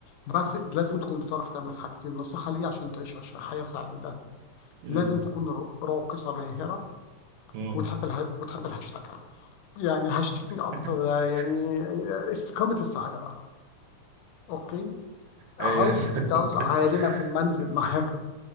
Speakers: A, on the left (about 80°); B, on the right (about 85°).
A: بس لازم تكون بتعرف تعمل حاجتين نصيحة ليا عشان تعيش عش- حياة سعيدة
B: مم.
A: لازم تكون را- راقصة ماهرة
B: مم.
A: وتحب الها... وتحب الهاشتاج يعني هاشتكني أكتر
B: <laughs>
A: آه، يعني آه، استقامة السعادة بقى أوكي عاوز
B: ايوه
A: تتجوز
B: <laughs>
A: عالمة
B: انت
A: في المنزل
B: انت
A: معاك